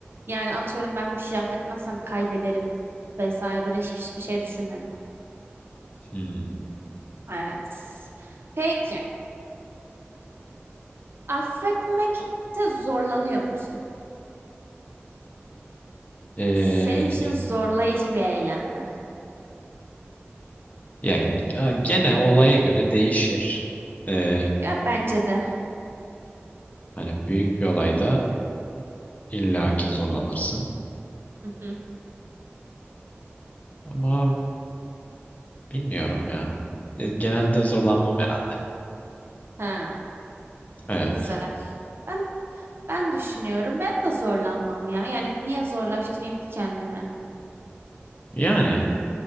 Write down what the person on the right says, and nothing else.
Yani atıyorum ben bu kişiyi affetmezsem kaybederim vesaire böyle hiç- hiçbir şey düşünmedim.
Evet. Peki. Affetmekte zorlanıyor musun?
Yani Senin için zorlayıcı bir eylem mi?
Ya bence de.
Hı hı.
Ha.
Güzel. Ben ben düşünüyorum. Ben de zorlanmam ya. Yani niye zorlaştırayım ki kendime?